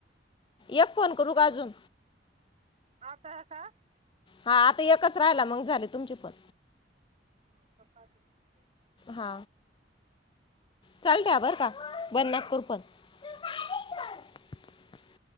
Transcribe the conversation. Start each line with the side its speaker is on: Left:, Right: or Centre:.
Left: एक फोन करू
Right: हा
Left: का अजून
Right: आता का
Left: हा आता एकच राहिला मग झाले तुमचे पण
Right: हौका पाचच क <unintelligible>
Left: हा चालत्या बरं का बंद नका करू.... पण तु जा तिथून